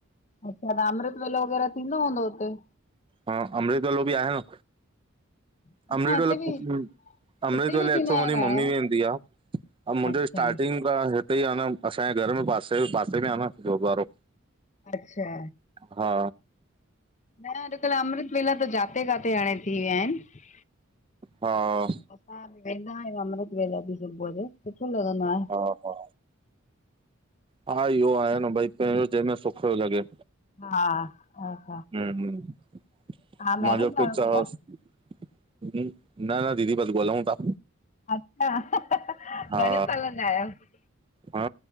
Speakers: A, on the left; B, on the right.
A: अच्छा त अमृत वेलो वग़ैरह थींदो हूंदो हुते?
B: हा अमृत वेलो बि आहे न!
A: न
B: अमृत
A: हिते
B: वेलो
A: बि
B: अमृत
A: हिते
B: वेलो
A: बि
B: एक्चुल
A: थींदा आहिनि
B: मुंहिंजी
A: हाणे
B: मम्मी वेंदी आ! ह मुंहिंजो
A: अच्छा
B: स्टार्टिंग ख़ा हिते ई आहे न असांजे घर में पासे पासे में आहे न गुरुद्वारो!
A: अच्छा!
B: हा!
A: न अॼुकल्ह अमृत वेलाजाते काथे हाणे थी विया आहिनि!
B: हा!
A: असां वेंदा आहियूं अमृत वेला बि सुबुह जो सुठो लगंदो आ!
B: हा हा! हा इहो आहे न भई पहिरियों जंहिंमें सुख पियो लॻे!
A: हा हा!
B: हू हूं
A: मैरिड
B: मांजो <unintelligible>
A: आहियो भैया
B: न न दीदी बस ॻोलऊूं था!
A: अच्छा घणे सालनि
B: हा
A: ज आहियो?
B: हा